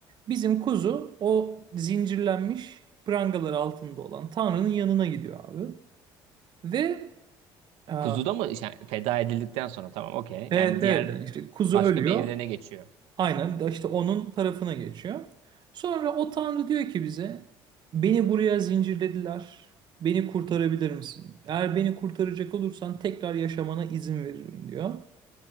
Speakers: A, on the right; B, on the right.
A: bizim kuzu o zincirlenmiş prangalar altında olan Tanrı'nın yanına gidiyor abi. Ve e,
B: Kuzuda mı? Yani feda edildikten sonra tamam, okey.
A: evet
B: Yani diğer
A: evet yani işte kuzu
B: başka
A: ölüyor.
B: bir evrene geçiyor.
A: Aynen de işte onun tarafına geçiyor. Sonra o Tanrı diyor ki bize beni buraya zincirlediler. Beni kurtarabilir misin? Eğer beni kurtaracak olursan tekrar yaşamana izin veririm diyor.